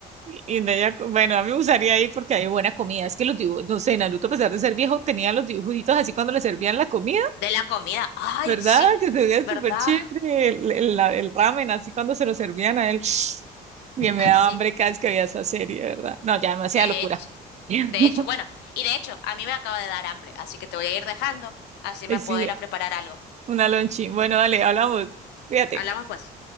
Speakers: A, on the right (about 40°); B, on the left (about 90°).
A: Y de ella, bueno, a mí me gustaría ahí porque hay buena comida. Es que los dibujos, no sé, Naruto, a pesar de ser viejo, tenía los dibujitos así cuando le servían la comida.
B: de la comida, ay,
A: ¿verdad?
B: sí,
A: Que se veía
B: ¿verdad?
A: súper chévere el, el- la- el ramen, así cuando se lo servían a él. <sniffs> Bien, me
B: Ay,
A: daba
B: sí,
A: hambre cada vez que veía esa serie, ¿verdad? No, ya demasiada
B: de
A: locura.
B: hecho,
A: <laughs>
B: de hecho, bueno, y de hecho, a mí me acaba de dar hambre, así que te voy a ir dejando, así
A: Ahí
B: me
A: sí,
B: puedo ir a preparar algo.
A: una lonchi. Bueno, dale, hablamos. Fíjate.
B: Hablamos pues.